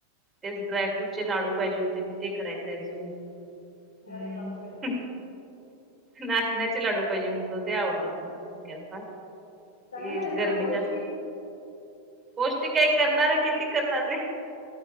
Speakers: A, on the right (about 15°); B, on the left (about 70°).
A: तेच ड्रायफ्रूटचे लाडू पाहिजे होते मग ते करायचं अजून. हम्म.
B: अरे बापरे
A: नाचण्याचे लाडू पहिजे म्हणतो ते आवडत त्याला मुलग्याला फार.
B: चांगलं
A: ये
B: आहे ना
A: गर्मी
B: पौष्टिक
A: जास् पौष्टिक आहे करणार किती करणार रे.